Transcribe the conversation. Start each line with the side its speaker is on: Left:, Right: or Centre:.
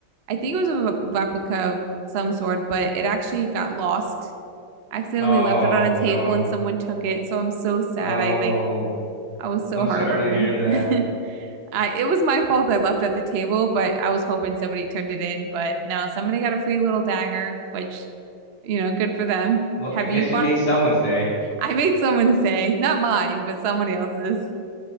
Right: I think it was a replica of some sort, but it actually got lost. I accidentally
Left: Oh
Right: left it on a table
Left: no.
Right: and someone took it. So I'm so sad.
Left: Oh,
Right: I like I was so
Left: I'm
Right: heartbroken.
Left: sorry to hear that.
Right: <laughs> I it was my fault I left it at the table, but I was hoping somebody turned it in. But no, somebody got a free little dagger, which, you know, good for them.
Left: Well,
Right: Have
Left: I guess
Right: you bought
Left: you made
Right: anything?
Left: someone's day.
Right: I made someone say, not mine, but somebody else's.